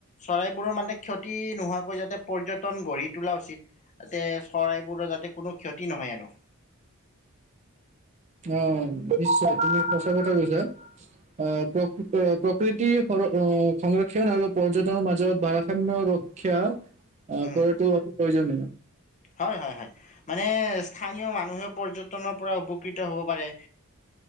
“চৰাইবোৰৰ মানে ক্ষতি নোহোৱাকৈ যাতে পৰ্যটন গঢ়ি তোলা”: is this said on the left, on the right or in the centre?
Left